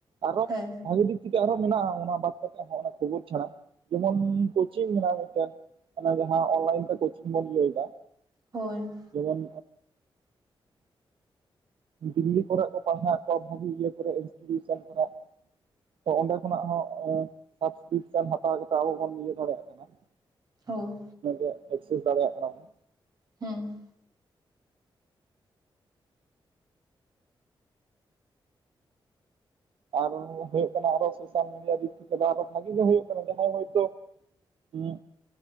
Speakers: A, on the right; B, on the right.
A: ᱟᱨᱚ
B: ᱦᱮᱸ ᱦᱮᱸ
A: ᱵᱷᱟᱜᱤ ᱫᱤᱠ ᱛᱷᱮᱠᱮ ᱟᱨᱦᱚᱸ ᱢᱮᱱᱟᱜ-ᱟ ᱚᱱᱟ ᱵᱟᱫ ᱠᱟᱛᱮ ᱦᱚᱸ ᱚᱱᱟ ᱠᱷᱚᱵᱚᱨ ᱪᱷᱟᱲᱟ ᱡᱮᱢᱚᱱ ᱠᱳᱪᱤᱝ ᱢᱮᱱᱟᱜ-ᱟ ᱢᱤᱫᱴᱮᱱ᱾ ᱚᱱᱟ ᱡᱟᱦᱟᱸ ᱚᱱᱞᱟᱭᱤᱱ ᱛᱮ ᱠᱳᱪᱤᱝ ᱵᱚᱱ ᱞᱟᱹᱭ ᱫᱟ᱾
B: ᱦᱳᱭ
A: ᱡᱚᱢᱚᱱ ᱫᱤᱞᱞᱤ ᱠᱚᱨᱮ ᱠᱚ ᱯᱟᱲᱦᱟᱣᱮᱫ ᱠᱚᱣᱟ ᱵᱷᱟᱹᱜᱤ ᱤᱭᱟᱹ ᱠᱚᱨᱮ ᱤᱱᱥᱴᱤ ᱴᱤᱭᱩᱥᱮᱱ ᱠᱚᱨᱮ᱾ ᱛᱚ ᱚᱸᱰᱮ ᱠᱷᱚᱱᱟᱜ ᱦᱚᱸ ᱥᱟᱵᱥᱠᱨᱤᱯᱥᱮᱱ ᱦᱟᱛᱟᱣ ᱠᱟᱛᱮ ᱟᱵᱚ ᱵᱚᱱ ᱤᱭᱟᱹ ᱫᱟᱲᱮᱭᱟᱜ ᱠᱟᱱᱟ᱾ <inaudible>
B: ᱦᱳᱭ
A: <unintelligible> ᱮᱠᱥᱮᱥ ᱫᱟᱲᱮᱭᱟᱜ ᱠᱟᱱᱟᱵᱚᱱ᱾
B: ᱦᱮᱸ
A: ᱟᱨ ᱦᱚᱸ ᱦᱳᱭᱳᱜ ᱠᱟᱱᱟ ᱟᱨᱚ ᱥᱳᱥᱟᱞ ᱢᱤᱰᱤᱭᱟ ᱫᱤᱠ ᱛᱷᱮᱠᱮ ᱫᱚ ᱟᱨᱚ ᱵᱷᱟᱜᱮ ᱜᱮ ᱦᱳᱭᱳᱜ ᱠᱟᱱᱟ, ᱡᱟᱦᱟᱸᱭ ᱦᱳᱭᱛᱚ ᱦᱩᱸ